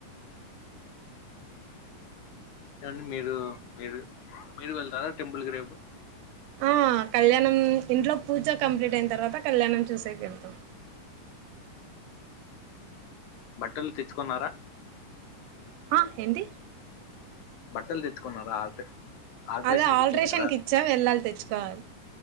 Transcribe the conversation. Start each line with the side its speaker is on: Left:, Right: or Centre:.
Left: కానీ మీరు మీరు మీరు వెళ్తారా టెంపుల్ కి రేపు
Right: ఆ కళ్యాణం ఇంట్లో పూజ కంప్లీట్ అయిన తర్వాత కళ్యాణం చూసేకి వెళ్తాం
Left: బట్టలు తెచ్చుకున్నారా
Right: ఆ హేన్దీ
Left: బట్టలు తెచ్చుకున్నార ఆల్టై ఆల్ట్రేషన్
Right: అదే
Left: కు
Right: ఆల్ట్రేషన్కి
Left: ఇచ్చారు కదా
Right: ఇచ్చా వెళ్ళాలి తెచ్చుకోవాలి